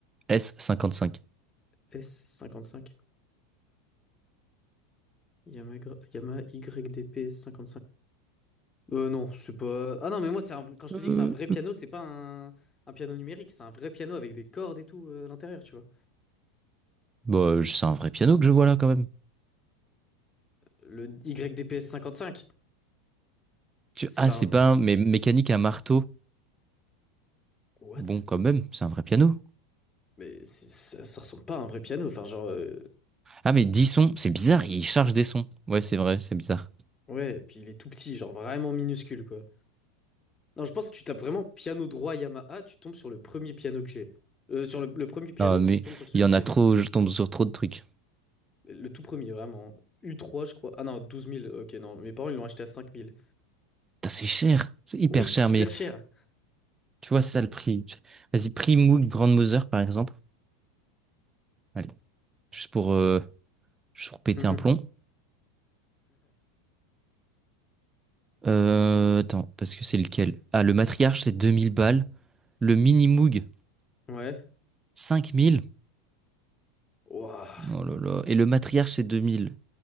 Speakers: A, on the right (about 20°); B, on the left (about 20°).
A: S55.
B: s cinquante cinq Yamaha, Yamaha YDP s cinq Euh, non, c'est pas. Ah non, mais moi, c'est un... quand je
A: Euh,
B: te dis que c'est un vrai piano, c'est pas un... un piano numérique, c'est un vrai piano avec des cordes et tout euh, à l'intérieur, tu vois.
A: Bah, c'est un vrai piano que je vois là, quand même.
B: Le YDPS 55,
A: Tu...
B: c'est
A: Ah,
B: pas
A: c'est
B: un.
A: pas un... Mais mécanique à marteau.
B: What?
A: Bon, quand même, c'est un vrai piano.
B: Mais c'est- ça, ça ressemble pas à un vrai piano, enfin, genre. euh,
A: Ah, mais 10 sons, c'est bizarre, il charge des sons. Ouais, c'est vrai, c'est bizarre.
B: Ouais, puis il est tout petit, genre vraiment minuscule, quoi. Non, je pense que tu tapes vraiment piano droit Yamaha, tu tombes sur le premier piano que j'ai. Euh, sur le, le premier piano,
A: Ah,
B: si
A: mais
B: tu tombes sur celui
A: il y en
B: que j'ai.
A: a trop, je tombe sur trop de trucs.
B: Le tout premier, vraiment. U3, je crois. Ah non, douze mille. Ok, non, mes parents, ils l'ont acheté à cinq mille.
A: Putain, C'est cher, c'est hyper
B: Oui, c'est
A: cher,
B: super
A: mais
B: cher.
A: tu vois, c'est ça le prix. Vas-y, prix Moog Grandmother, par exemple. Allez, juste pour, euh, juste pour péter
B: <laughs>
A: un plomb. Euh, attends, parce que c'est lequel? Ah, le matriarche, c'est 2000 balles. Le mini Moog,
B: Ouais.
A: cinq mille
B: Waouh,
A: Oh là là. Et le matriarche, c'est deux mille